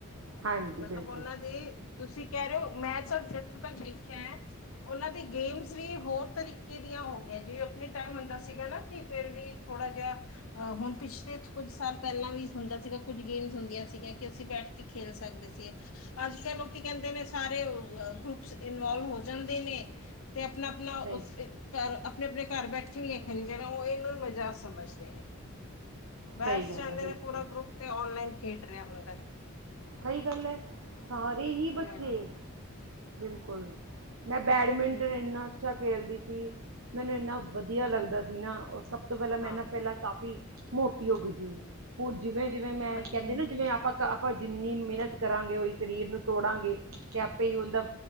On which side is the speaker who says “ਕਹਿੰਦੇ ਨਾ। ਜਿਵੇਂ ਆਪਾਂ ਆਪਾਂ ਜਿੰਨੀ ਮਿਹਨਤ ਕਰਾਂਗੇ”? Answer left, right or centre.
Right